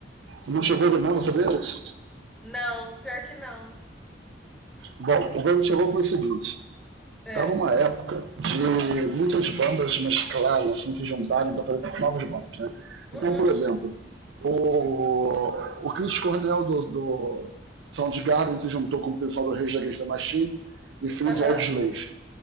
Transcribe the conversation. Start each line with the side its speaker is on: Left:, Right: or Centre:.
Right: não chegou a ouvir nada sobre eles?
Centre: não, pior que não.
Right: Bom, o Velvet Revolver foi o seguinte,
Centre: É.
Right: Tava uma época de muitas bandas mesclarem, assim, se juntarem para fazer novas bandas, né?
Centre: Uhum,
Right: Então, por exemplo, o, o Chris Cornell do, do Soundgarden se juntou com o pessoal do Rage Against the Machine e fez
Centre: aham,
Right: o Audislays.